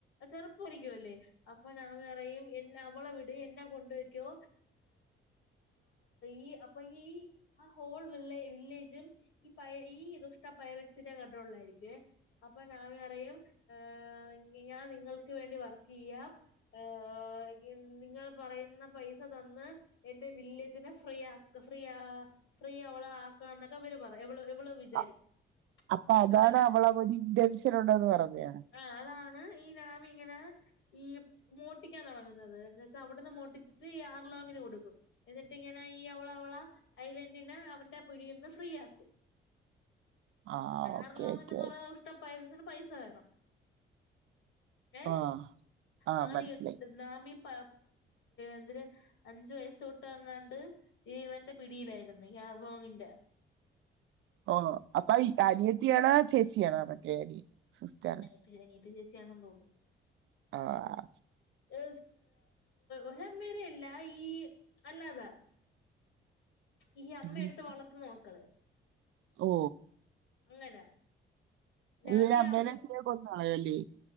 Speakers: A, on the left (about 75°); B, on the right (about 75°).
A: ചെറുപ്പമായിരിക്കുവല്ലേ അപ്പൊ നാമി പറയും എന്ന അവളെ വിട് എന്നെ കൊണ്ടൊയ്ക്കോ. ഈ അപ്പൊ ഈ ആ ഹോൾ വിള്ളെ വില്ലേജും ഈ പയെ ഈ ദുഷ്ട പൈരറ്റ്സിന്റെ കണ്ട്റോൾള്ളായിരിക്കേ അപ്പൊ നാമി പറയും ഏ ഞാൻ നിങ്ങൾക്ക് വേണ്ടി വർക്കയ്യാം ഏഹ് നിങ്ങൾ പറയുന്ന പൈസ തന്ന് എന്റെ വില്ലേജിനെ ഫ്രീ ആ ഫ്രീ ഫ്രീ അവളെ ആക്കണം എന്നൊക്കെ പറയും ഇവള് ഇവള് വിചാരിക്കും
B: അ അപ്പൊ അതാണ്
A: അങ്ങനെ
B: അവളെ ഒരു ഇൻഡൻസ് ഉണ്ടന്ന് പറഞ്ഞെ
A: ആ അതാണ് ഈ നാമിങ്ങനെ ഈ മോട്ടിക്കാൻ തൊടങ്ങുന്നത് എന്ന് വെച്ചാ അവിടുന്ന് മോട്ടിച്ചിട്ട് ഈ ആർലോങ്ങിന് കൊടുക്കും എന്നിട്ട് ഇങ്ങനെ ഈ അവള അവള ഐലന്റിനെ അവന്റെ ആ പിടിയിന്ന് ഫ്രീ ആക്കി
B: ആ ഓക്കെ
A: ഏർലോങ്ങന്ന്
B: ഓക്കെ
A: പറയ്ന്ന ദുഷ്ട്ട പയ്ററ്റിന് പൈസ വേണം ഏ
B: ആ ആ
A: അങ്ങനെ
B: മനസ്സിലായി
A: എട്ട നാമി പ എന്തിന് അഞ്ചു വയസ്സ തൊട്ട് അങ്ങാണ്ട് ഇവന്റെ പിടിയിലായിരുന്നു യാഗോങ്ങിന്റെ
B: ഓ അപ്പൊ അനിയത്തിയാണാ ചേച്ചിയണാ മറ്റേടി സിസ്റ്റർ
A: അനിയ അനിയത്തിം ച്ചേച്ചിയണെന്ന് തോന്നുന്നു.
B: ആഹ്
A: ഏ ഒര അമ്മേരയല്ല ഈ അല്ലാതാ ഈ അമ്മ
B: എന്ന്
A: എടുത്ത്
B: വെച്ച്
A: വളർത്തുന്ന മക്കള്
B: ഓ
A: അങ്ങനെ നാമീനെ
B: ഇര് അമ്മേനെ
A: അമ്മ
B: <unintelligible> കൊന്നെളയല്ലേ